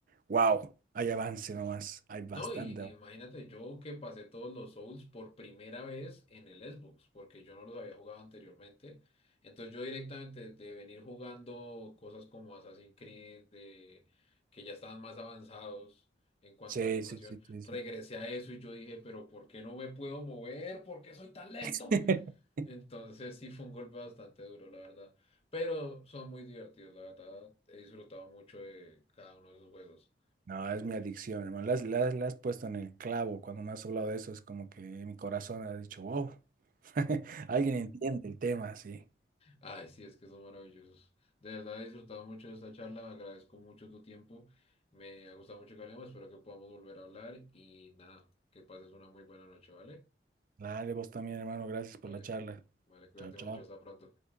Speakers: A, on the right (about 50°); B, on the left (about 35°).
A: wow, hay avance nomás, hay bastante.
B: No, y y
A: avance".
B: imagínate yo que pasé todos los Souls por primera vez en el Xbox, porque yo no los había jugado anteriormente. Entonces yo directamente de venir jugando cosas como Assassin's Creed, de, que ya estaban más avanzados en cuanto
A: Sí,
B: a animación,
A: sí, sí, sí,
B: regresé
A: sí.
B: a eso y yo dije, pero ¿por qué no me puedo mover? ¿Por qué soy tan lento?
A: <laughs>
B: Entonces sí fue un golpe bastante duro, la verdad. Pero son muy divertidos, la verdad. He disfrutado mucho de cada uno de esos juegos.
A: No, es mi adicción, hermano. La has, la has- la has puesto en el clavo. Cuando me has hablado de eso, es como que mi corazón ha dicho, wow, <laughs> alguien entiende el tema, sí.
B: Ay, sí, es que son maravillosos. De verdad he disfrutado mucho de esta charla, agradezco mucho tu tiempo, me ha gustado mucho que hablemos, espero que podamos volver a hablar y nada, que pases una muy buena noche, ¿vale?
A: Dale, vos también, hermano. Gracias por
B: Vale,
A: la charla.
B: vale, cuídate
A: Chao, chao.
B: mucho, hasta pronto.